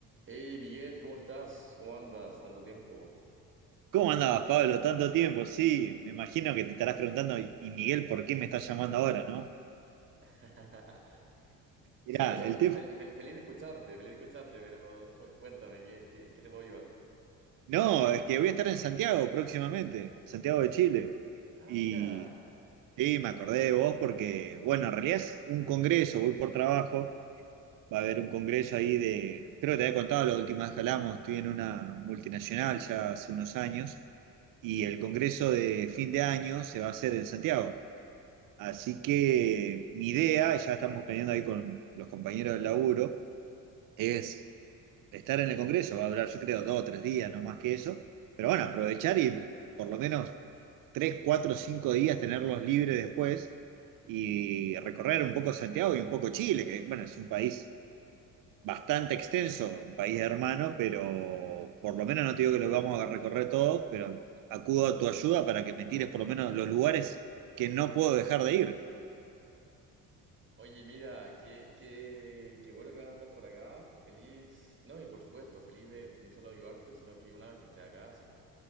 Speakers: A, on the right (about 25°); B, on the right (about 45°).
A: Hey Miguel, ¿cómo estás? ¿Cómo andas? Tanto tiempo.
B: ¿Cómo andabas, Pablo? Tanto tiempo, sí. Me imagino que te estarás preguntando, y Miguel, ¿por qué me estás llamando ahora, no?
A: <laughs>
B: Mirá,
A: Sí, o sea,
B: el tema.
A: fel- fel- feliz de escucharte, feliz de escucharte, pero cu- cuéntame, ¿qué, qué, qué te puedo ayudar?
B: No, es que voy a estar en Santiago próximamente, en Santiago de Chile.
A: Ah,
B: Y
A: mira.
B: sí, me acordé de vos porque, bueno, en realidad es un congreso, voy por trabajo. Va a haber un congreso ahí de. Creo que te había contado la última vez que hablamos, estoy en una multinacional ya hace unos años. Y el congreso de fin de año se va a hacer en Santiago. Así que mi idea, ya estamos planeando ahí con los compañeros del laburo, es estar en el Congreso, va a durar yo creo dos o tres días, no más que eso, pero bueno, aprovechar y por lo menos tres, cuatro, cinco días tenerlos libres después y recorrer un poco Santiago y un poco Chile, que bueno, es un país bastante extenso, un país hermano, pero por lo menos no te digo que lo vamos a recorrer todo, pero acudo a tu ayuda para que me tires por lo menos los lugares que no puedo dejar de ir.
A: Oye, mira, qué, qué, qué bueno que vas a andar por acá. Feliz. No, y por supuesto, feliz de no solo ayudarte, sino que una vez que esté acá, así que